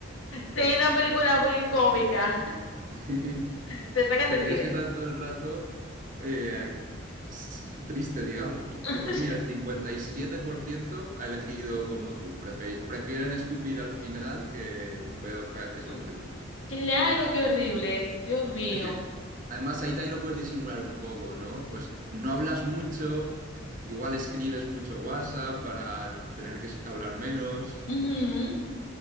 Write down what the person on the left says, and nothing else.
sería una película muy cómica.
<laughs> Te sacan
del cine.
<laughs>
Sí. Claro, qué horrible. Dios mío.
Ujú.